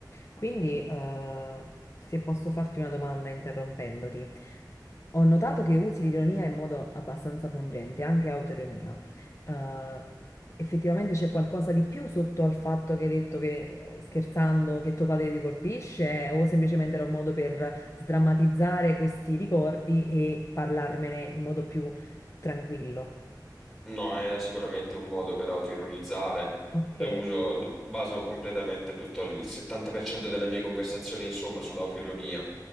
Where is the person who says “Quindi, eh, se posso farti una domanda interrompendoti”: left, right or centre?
Left